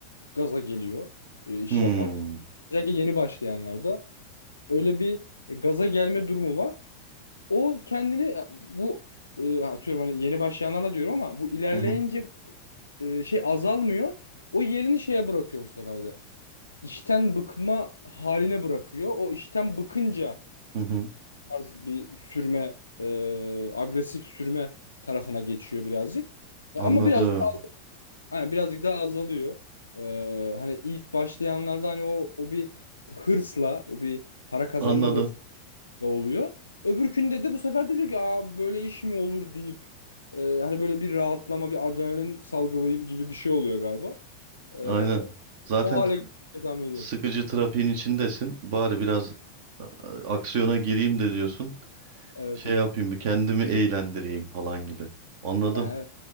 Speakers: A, on the left; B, on the right.
A: gaza geliyor e, iş
B: Hmm.
A: yaparken. Özellikle yeni başlayanlarda öyle bir e, gaza gelme durumu var. O kendini ya bu e, atıyorum hani yeni başlayanlara diyorum ama bu ilerleyince
B: Hı hı.
A: e, şey azalmıyor. O yerini şeye bırakıyor bu sefer de. İşten bıkma haline bırakıyor. O işten bıkınca
B: Hı hı.
A: tarz bir sürme, e, agresif sürme tarafına geçiyor birazcık. E,
B: Anladım.
A: ama birazcık daha, hani birazcık daha azalıyor. E, hani ilk başlayanlarda hani o o bir hırsla, o bir para kazanma
B: Anladım.
A: hırsla oluyor. Öbürkünde de bu sefer de diyor ki Aa, böyle iş mi olur deyip e, hani böyle bir rahatlama, bir adrenalin salgılayayım gibi bir şey oluyor galiba. E,
B: Aynen. Zaten
A: o hale
B: t-
A: getirmeyi tahmin ediyorum.
B: sıkıcı trafiğin içindesin. Bari biraz e, aksiyona gireyim de diyorsun.
A: Evet
B: Şey
A: evet.
B: yapayım bir kendimi eğlendireyim falan gibi. Anladım.
A: Yani evet